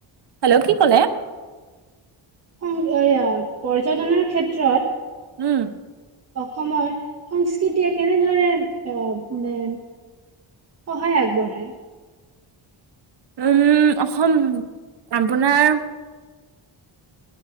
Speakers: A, on the right; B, on the right.
A: হেল্ল' কি ক'লে?
B: উম এয়া, পৰ্যটনৰ ক্ষেত্ৰত
A: উম।
B: অসমৰ সংস্কৃতিয়ে কেনেদৰে আহ, <unintelligible> সহায় আগবঢ়ায়।
A: উম, অসম আপোনাৰ